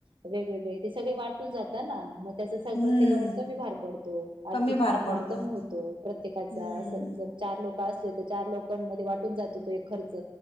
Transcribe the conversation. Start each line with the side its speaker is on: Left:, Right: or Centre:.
Right: वेगवेगळेते सगळे वाटून जात ताना म त्याच सग
Left: हम्म
Right: प्रत्येकावर कमी भार पडतो आर्थिक
Left: कमी पडतो
Right: भार कमी होतो प्रत्येकाचा.
Left: हम्म
Right: असं जर चारलोक असलेतर चार लोकांमध्ये वाटून जातो तो एक खर्च